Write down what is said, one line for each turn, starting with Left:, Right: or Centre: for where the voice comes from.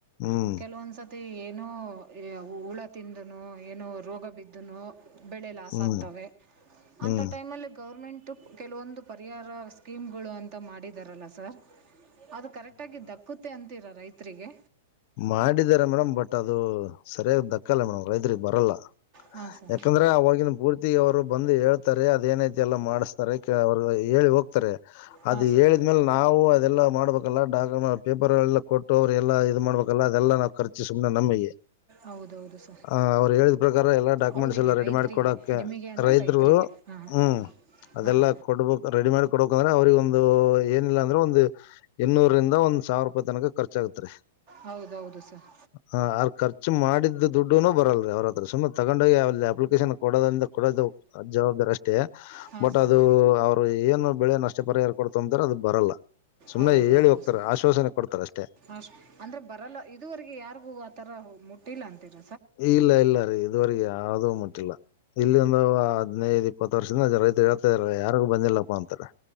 Left: ಹ್ಮ್
Right: ಕೆಲವೊಂದ್ಸತಿ ಏನೋ ಹುಳ ತಿಂದನೋ ಏನೋ ರೋಗ ಬಿದ್ದನು. ಬೆಳೆ ಲಾಸ್
Left: ಹ್ಮ್
Right: ಆಗ್ತವೆ
Left: ಹ್ಮ್
Right: ಅಂತ ಟೈಮಲ್ಲಿ ಗೌರ್ಮೆಂಟ್. ಟ ಕೆಲವೊಂದು ಪರಿಹಾರ ಸ್ಕೀಮ್ಗಳು ಅಂತ ಮಾಡಿದಾರಲ್ಲ ಸರ್. ಅದ ಕರೆಕ್ಟ ಆಗ ದಕ್ಕುತ್ತೆ ಅಂತೀರಾ ರೈತ್ರಿಗೆ.
Left: ಮಾಡಿದ್ದಾರೆ ಮೇಡಮ್ ಬಟ್ ಅದು ಸರಿಯಾಗಿ ದಕ್ಕಲ್ಲ ಮೇಡಮ್ ರೈತರಿಗ ಬರಲ್ಲ.
Right: ಹಾಂ ಸರ್
Left: ಯಾಕಂದ್ರ ಅವಗಿನ ಪೂರ್ತಿ ಅವರು ಬಂದ ಹೇಳ್ತಾರೆ ಅದೇನ ಐತಿ ಎಲ್ಲ ಮಾಡಸ್ತಾರೆ ಅವರ ಹೇಳಿ ಹೋಗ್ತಾರೆ. ಅದ
Right: ಹಾಂ ಸರ್
Left: ಹೇಳಿದ್ಮೇಲೆ ನಾವು ಅದೆಲ್ಲ ಮಾಡ್ಬೇಕ. ಎಲ್ಲ ಡಾಕ್ಯು ಪೇಪರ್ ಎಲ್ಲ ಕೊಟ್ಟ ಅವ್ರು ಎಲ್ಲ ಇದ ಮಾಡ್ಬೇಕಲ್ಲ ಅದೆಲ್ಲ ನಾವು ಖರ್ಚ ಸುನೆ ನಮ್ಮಿಗೆ
Right: ಹೌದೌದು ಸರ್
Left: ಆ ಅವ್ರ ಹೇಳಿದ್ ಪ್ರಕಾರ ಎಲ್ಲಾ ಡಾಕ್ಯುಮೆಂಟ್ಸ್
Right: ಅವರಿಗೆ
Left: ಎಲ್ಲ ರೆಡಿ
Right: ರೈತರಿಗೆ
Left: ಮಾಡಿ ಕೊಡಕ್ಕೆ
Right: ನಿಮಗೆ ಅಂದರೆ
Left: ರೈತರು
Right: ರೈತರಿಗೆ ಹಾಂ
Left: ಹ್ಮ ಅದೆಲ್ಲಾ
Right: ಹಾಂ
Left: ಕೊಡ್ಬೇಕ್ ರೆಡಿ ಮಾಡಿ ಕೊಡ್ಬೇಕ ಅಂದ್ರ ಅವ್ರಗ ಒಂದು ಏನಿಲ್ಲ ಅಂದ್ರ ಒಂದು ಎನ್ನೂರಿಂದ ಒಂದ್ ಸಾವಿರ ರೂಪಾಯಿ ತನಕ ಖರ್ಚಾಗತ್ರಿ.
Right: ಹೌದೌದು ಸರ್
Left: ಹ ಆ ಖರ್ಚು ಮಾಡಿದ ಇದು ದುಡ್ಡನು ಬರಲ್ಲರಿ ಅವ್ರ ಹತ್ರ ಸುಮನ ತಗೊಂಡೋಗಿ ಅಲ್ಲಿ ಅಪ್ಲಿಕೇಶನ್ ಕೊಡೋದ್ರಿಂದ ಕೊಡದು ಜವಾಬ್ದಾರಿ ಅಷ್ ಟೇ
Right: ಹಾಂ
Left: ಬಟ್
Right: ಸರ್
Left: ಅದು ಅವ್ರು ಏನು ಬೆಳೆಯನ ಅಷ್ಟೇ ಪರಿಹಾರ ಕೊಡ್ತ ಅಂತ್ರ ಅದ ಬರಲ್ಲ. ಸುಮ್ಮನೆ
Right: ಹೌದೌದು
Left: ಹೇಳಿ ಹೋಗ್ತಾರೇ
Right: ಸರ್
Left: ಆಶ್ವಾಸನೆ ಕೊಡ್ತಾರ ಅಷ್ಟೆ.
Right: ಅಷ್ಟು ಅಂದರೆ ಬರಲ್ಲ ಇದುವರೆಗ ಯಾರಿಗೂ ಆತರ ಮುಟ್ಟಿಲ್ಲ ಅಂತಿರ.
Left: ಎ ಇಲ್ಲ ಇಲ್ಲ ರೀ ಇದುವರಿ ಯಾವ್ದು ಮಟ್ಟಿಲ್ಲ. ಇಲ್ಲಿ ಒಂದ ಹದನೈದ ಇಪ್ಪತ್ತ ವರ್ಷದಿಂದ ರೈತರ ಹೇಳ್ತಾದರ ಯಾರಿಗು ಬಂದಿಲ್ಲಪ್ಪಾ ಅಂತಾ.